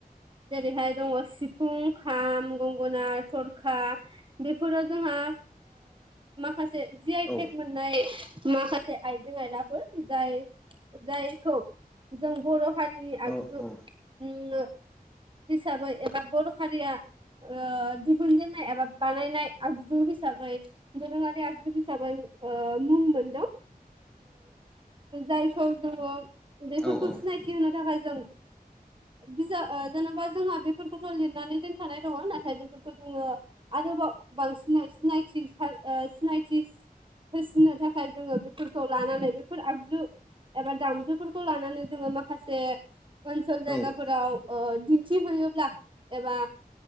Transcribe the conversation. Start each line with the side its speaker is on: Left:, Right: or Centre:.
Right: जेरैहाय दङ सिफुं, खाम, गंगोन, थरखा बेफोरो जोंहायो माखासे जि आइ
Centre: औ
Right: टेक मोननाय माखासे आइजें आयलाफोर जायो जायखौ जों बर' हारिनि
Centre: औ
Right: आगजु ओ
Centre: औ
Right: हिसाबै एबा बर' हारिया ओ आ दिफुनजेननाय एबा बानायनाय आगजु हिसाबैबो दोरोङारि आगजु हिसाबै ओ मुं मोनदों। जायखौ जोङो बेफोरखौ
Centre: औ
Right: सिनायथि होनो थाखाय जों बिजाब जेनेबा जोंहा बेफोरखौथ' लिरनानै दोनखानाय दङ नाथाय बेफोरखौ जोङो आरोबाव बांसिन सिनायथि सा ओ सिनायथिसो होसिननो थाखाय जोङो बेफोरखौ लानानै बेफोर आगजु एबा दामजुफोरखौ लानानै जोङो माखासे ओनसोल जायगाफोराव
Centre: औ
Right: ओ दिन्थिहैयोब्ला एबा